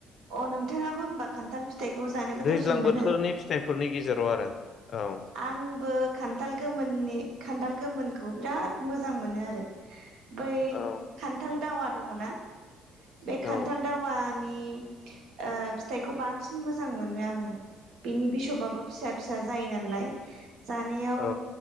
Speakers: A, on the right; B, on the left.
A: अ नोंथाङाबो होमबा खान्थाल फिथाइखौ जानो गोथावसिन
B: दैज्लां
A: मोनो?
B: बोथोरनि फिथाइफोरनि गेजेराव आरो। औ
A: आं बो खान्थाल गोमोननि खान्थाल गोमोनखौ बिराद मोजां मोनो आरो। बै
B: औ
A: खान्थाल दावा दङ ना बे खान्थाल
B: औ
A: दावा नि ओ फिथाइखौ बांसिन मोजां मोनो आङो। बिनि बिसबाबो फिसा फिसा जायो नालाय। जानायाव
B: औ